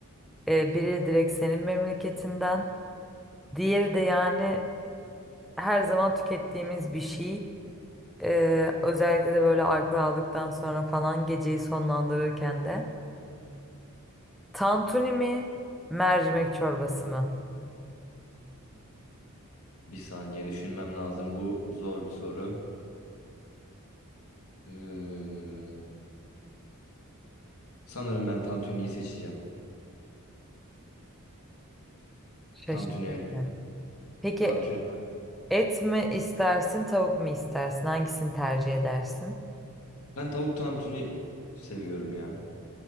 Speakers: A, in the centre; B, on the left.
A: E, biri direkt senin memleketinden. Diğeri de yani her zaman tükettiğimiz bir şey. E, özellikle de böyle alkol aldıktan sonra falan geceyi sonlandırırken de. Tantuni mi? Mercimek çorbası mı?
B: Bir saniye düşünmem lazım. Bu zor bir soru. Ee, sanırım ben tantuniyi seçeceğim.
A: Şaşırtıcı
B: Tantuni. evet.
A: yani. Peki
B: Tantuni.
A: Et mi istersin, tavuk mu istersin? Hangisini tercih edersin?
B: Ben tavuk tantuni seviyorum ya.